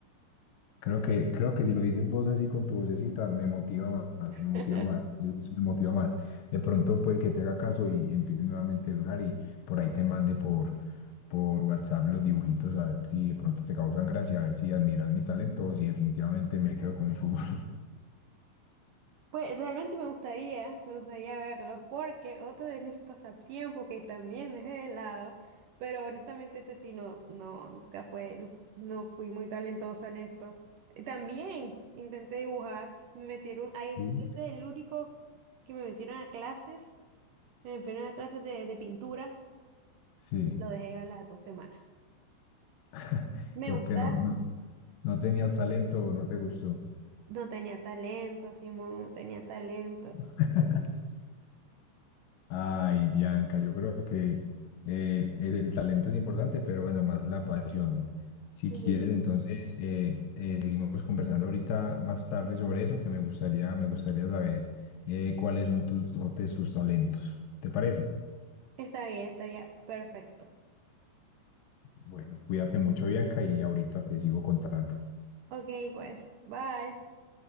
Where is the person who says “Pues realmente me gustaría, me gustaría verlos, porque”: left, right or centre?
Right